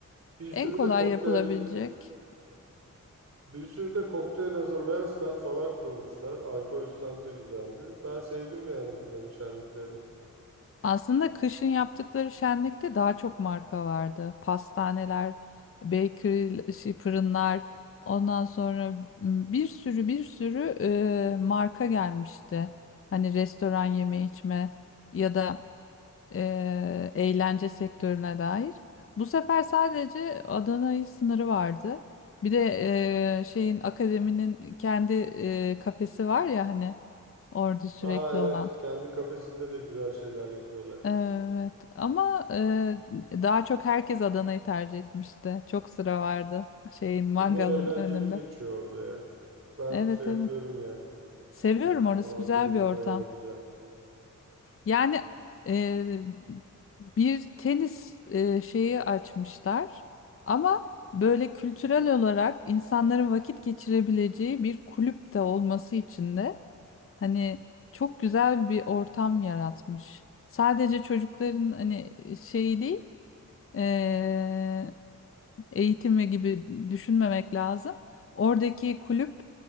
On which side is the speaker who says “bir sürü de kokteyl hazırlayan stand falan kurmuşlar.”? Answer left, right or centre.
Right